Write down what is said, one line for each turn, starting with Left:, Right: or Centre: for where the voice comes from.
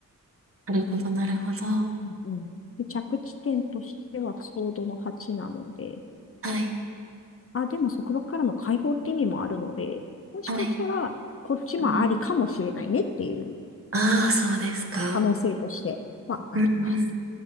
Right: なるほど、なるほど。
Left: うんうん。で着地点としてはソードの8なので、
Right: はい、
Left: あ、でも束縛からの解放って意味もあるので、もしかしたらこっちもありかもしれないねっていう
Right: はい。うん、ああ、そうですか。
Left: 可能性としてはあります。
Right: うん、うん。